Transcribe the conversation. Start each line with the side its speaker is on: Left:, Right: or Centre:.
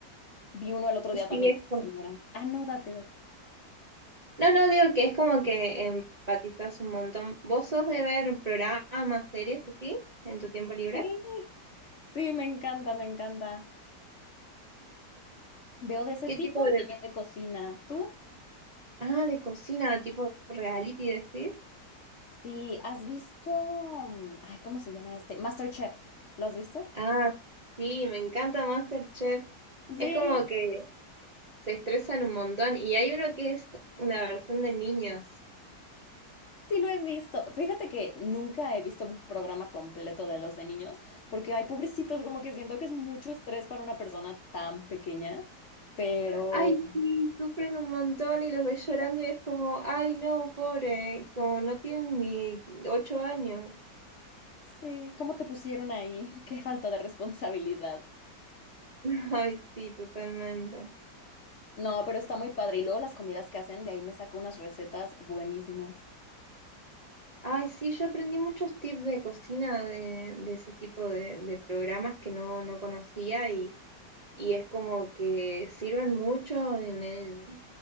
Left: Vi uno el otro día
Right: Sí,
Left: también
Right: es
Left: de una
Right: como
Left: señora. Ah, no, date, date.
Right: No, no, digo que es como que empatizas un montón. ¿Vos sos de ver programas, series así en tu tiempo libre?
Left: Sí, sí, me encanta, me encanta. Veo de ese
Right: ¿Qué
Left: tipo
Right: tipo de...
Left: y también de cocina. ¿Tú?
Right: Ah, de cocina, tipo reality, decís?
Left: Sí, ¿has visto? mm, Ay, ¿cómo se llama este? MasterChef. ¿Lo has visto?
Right: Ah, sí, me encanta MasterChef.
Left: Sí.
Right: Es como que se estresan un montón y hay uno que es una versión de niños.
Left: Sí lo he visto. Fíjate que nunca he visto un programa completo de los de niños, porque hay pobrecitos, como que siento que es mucho estrés para una persona tan pequeña, pero
Right: Ay, sí, sufren un montón y los ves llorando y es como, ay, no, pobre, como no tienen ni ocho años.
Left: sí, ¿cómo te pusieron ahí? <laughs> Qué falta de responsabilidad.
Right: <laughs> Ay, sí, totalmente.
Left: No, pero está muy padre. Y luego las comidas que hacen, de ahí me saco unas recetas buenísimas.
Right: Ay, sí, yo aprendí muchos tips de cocina de, de ese tipo de, de programas que no, no conocía y, y es como que sirven mucho en el,